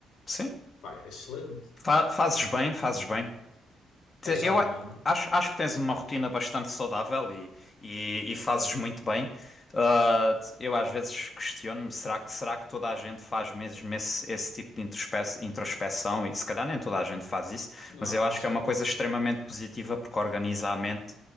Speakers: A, on the left; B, on the left.
A: Sim.
B: pá, é excelente.
A: Fa- fazes bem, fazes bem. Te-
B: É já
A: Eu
B: domingo?
A: a- acho, acho que tens uma rotina bastante saudável e, e, e fazes muito bem. Ah, te- eu às vezes questiono-me, será que, será que toda a gente faz mesmo esse, esse tipo de introspe- introspeção? E se calhar nem toda a gente faz isso,
B: Não,
A: mas eu acho
B: acho
A: que é
B: que
A: uma
B: não.
A: coisa extremamente positiva porque organiza a mente